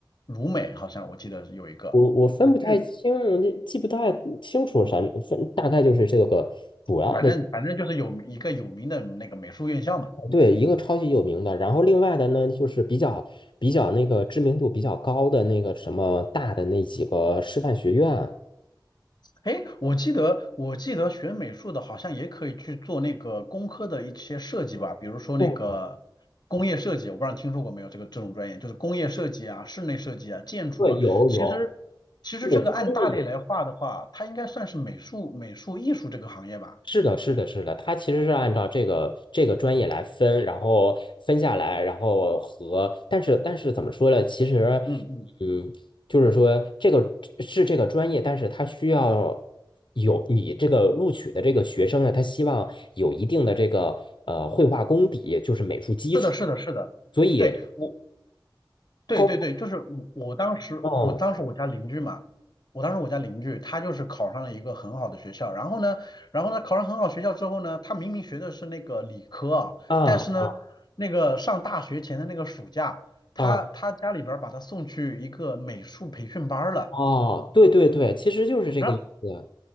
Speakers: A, on the left; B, on the left.
A: 鲁美好像我记得有一个鲁迅，
B: 我我分不太清，这记不太清楚啥分，大概就是这个主要的，
A: 嗯反正反正就是有一个有名的那个美术院校嘛。
B: 对，一个超级有名的，然后另外的呢，就是比较比较那个知名度比较高的那个什么大的那几个师范学院。
A: 哎，我记得我记得学美术的好像也可以去做那个工科的一些设计吧，比如说那个
B: 对
A: 工业设计，我不知道你听说过没有这个这种专业，就是工业设计啊、室内设计啊、建筑啊。
B: 对，有有。
A: 其实其实这个按大类来划的话，
B: 美术工业也
A: 它应该算是美术美术艺术这个行业吧。
B: 是的，是的，是的，它其实是按照这个这个专业来分，然后分下来，然后和，但是但是怎么说呢？其实，
A: 嗯嗯，
B: 嗯，就是说这个是这个专业，但是它需要有你这个录取的这个学生啊，他希望有一定的这个呃绘画功底，就是美术基础，
A: 是的，是的，是的。
B: 所以
A: 对，我。对对对，
B: 高，
A: 就是我我当时我当时我家邻居嘛，
B: 嗯
A: 我当时我家邻居他就是考上了一个很好的学校，然后呢，然后呢考上很好学校之后呢，他明明学的是那个理科啊，
B: 啊
A: 但是呢，那个上大学前的那个暑假，他他家里边儿把他送去一个美术培训班儿了。
B: 啊哦，对对对，其实就是这个意思，
A: 然后